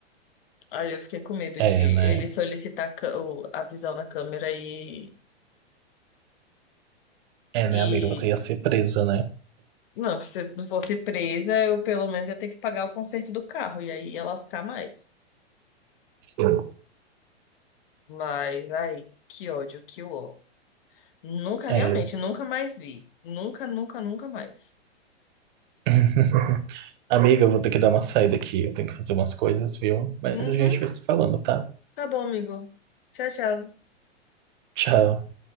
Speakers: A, on the left; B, on the right.
A: Aí eu fiquei com medo
B: É,
A: de ele
B: né?
A: solicitar a cã- o- a visão da câmera e,
B: É, né,
A: e...
B: amiga? Você ia ser presa, né?
A: Não, se eu fosse presa, eu pelo menos ia ter que pagar o conserto do carro, e aí ia lascar mais.
B: Sim.
A: Mas, ai, que ódio, que ó. Nunca, realmente,
B: É.
A: nunca mais vi. Nunca, nunca, nunca mais.
B: <laughs> Amiga, eu vou ter que dar uma saída aqui. Eu tenho que fazer umas coisas, viu? Mas
A: Uhum,
B: a gente vai se falando, tá?
A: tá bom, amigo. Tchau, tchau.
B: Tchau.